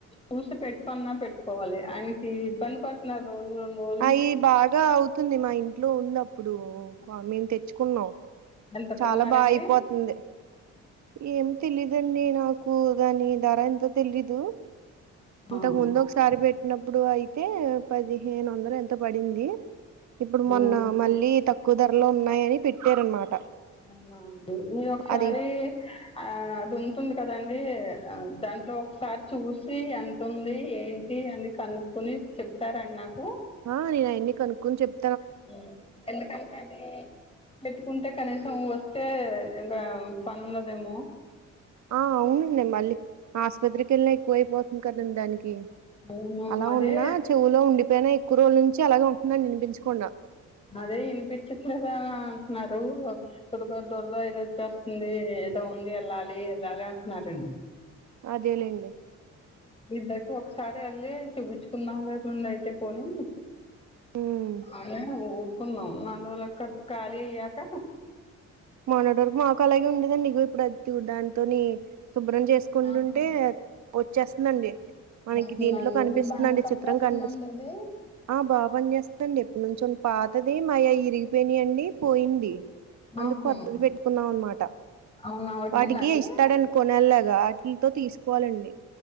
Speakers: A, on the left (about 20°); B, on the right (about 65°).
A: చూసి పెట్టుకొన్నా పెట్టుకోవాలి ఆయనకి ఇబ్బంది పడు న రోజు రెండు రోలు
B: అయి బాగా అవుతుంది మా ఇంట్లో ఉందప్పుడు క్వ మేము తెచ్చుకున్నాం
A: ఎంత
B: చాలా
A: కొన్నారండి
B: బా అయిపోతుంది ఏమి తెలీదండి నాకు దాని ధర ఎంత తెలీదు ఇంతకు
A: ఆ
B: ముందు ఒకసారి పెట్టినప్పుడు అయితే పదిహేను ఒందలు ఎంతో పడింది ఇప్పుడు మొన్న
A: ఆ
B: మళ్ళీ తక్కువ ధరలో ఉన్నాయని పెట్టారనమాట
A: అవునా అండి మీరు ఒకసారి
B: అది
A: ఆ అది ఉంటుంది కదండి ఆ దాంట్లో ఒకసారి చూసి ఎంత ఉంది ఏం తీ అని కనుకుని చెప్తారండి నాకు
B: ఆ నేను ఆయన్ని కనుకోని చెప్ప
A: హ్ ఎందుకంటే అది పెట్టుకుంటే కనీసం వస్తు టే ఇంక పనున్నదేమో
B: ఆ అవునండి మళ్ళీ ఆసుపత్రికి వెళ్ళిన ఎక్కువ అయిపోతుంది కదండి దానికి
A: అవును.
B: అలా
A: అదే,
B: ఉన్నా చెవులో ఉండిపోయిన ఎక్కువ రోజుల నుంచి అలాగే ఉంటుందని యినిపించకుండా
A: అదే వినిపించట్లేదా అంటున్నారు. కొద్ది కొద్దిగ దూరద ఇద వచ్చేస్తుంది ఏదో ఉంది వెళ్ళాలి వెళ్ళాలి అంటున్నారండి.
B: అదేలేండి
A: ఇద్దరికి ఒకసారి యెళ్ళి చూపించుకున్నా లేకుండా అయితే పోని
B: ఉమ్
A: అని ఊరుకున్నాం నాలుగు రోజులకు <unintelligible> ఖాళీ అయ్యాక
B: మొన్నటి వరకు మాకు అలాగే ఉండేదండి ఇగో ఇప్పుడు అచుడ్ దాన్నతోని శుభ్రం చేస్త కుండుంటే
A: ఆహా
B: వచ్చేస్తుందండి. మనకి
A: వస్తుందండి
B: దీంట్లో కనిపిస్తుందండి
A: బానే పని
B: చిత్రం
A: చేస్తుందండి
B: కనిపిస్తుంది.
A: అది
B: ఆ బాపని చేేస్తదండి ఎప్పుడు నుంచో పాతది మాయయి ఇరిగిపోయినయండి పోయింది. అందుకు
A: ఆహా
B: కొత్తది పెట్టుకున్నాం అనమాట
A: అవునా వచ్చిందండి
B: వాటికి ఇస్తాడని కొనేలాగా వాటిలతో తీసుకోవాలండి.